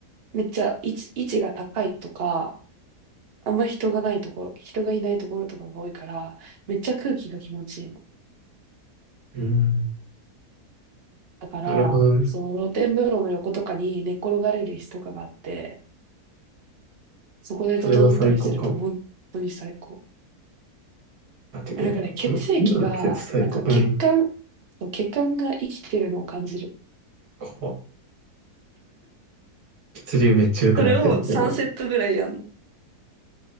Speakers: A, on the right; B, on the right.
A: めっちゃ位置、位置が高いとか、あんま人がないところ、人がいないところとかが多いから、めっちゃ空気が気持ちいいの。
B: うん。
A: だから、
B: なるほどね。
A: その露天風呂の横とかに寝っ転がれる椅子とかがあって、そこで整ったりすると本当に最高。
B: それは最高かも。あ、てかやっぱもうこの今の季節最高。
A: えなんかね、血液が、なんか血管、
B: うん。
A: そう血管が生きてるのを感じる。
B: こう、血流めっちゃ良くなってるみたいな。
A: それを3セットぐらいやんの。